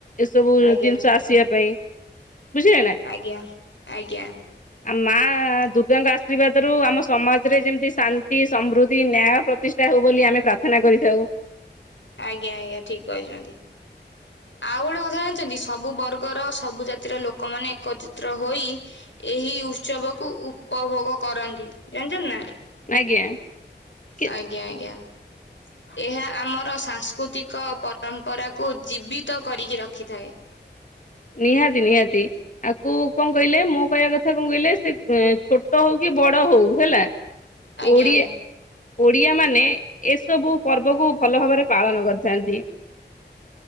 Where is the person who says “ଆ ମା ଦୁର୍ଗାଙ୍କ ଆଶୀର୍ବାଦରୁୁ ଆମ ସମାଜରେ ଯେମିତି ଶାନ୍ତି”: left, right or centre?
Left